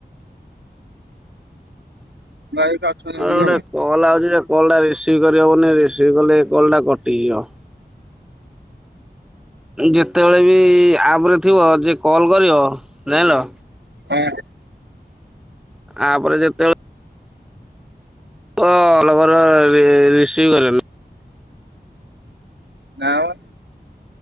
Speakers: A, on the right; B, in the centre.
A: ସାଙ୍ଗରା ଏଠି ଅଛନ୍ତି ଅଧିକ
B: ଆଉ ଗୋଟେ କଲ୍ ଆଉଛି ଯେ। କଲଟା ରିସିଭ୍ କରିହେବନି ରିସିଭ୍ କଲେ ଏ କଲଟା କଟିଯିବ। ଯେତେବେଳେ ବି ଆପରେ ଥିବ ଯେ କଲ୍ କରିବ ଯାଇଁଲ।
A: ଆଁ
B: ଆପରେ ଯେତେବେଳେ କଲଗୁରା ରିସିଭ୍ କରିବନି।
A: ନାଁ ମ।